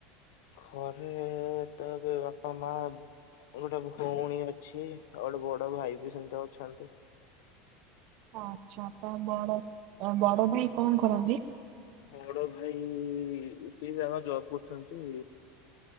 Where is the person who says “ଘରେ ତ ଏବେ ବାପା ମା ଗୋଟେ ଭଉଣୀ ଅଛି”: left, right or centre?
Left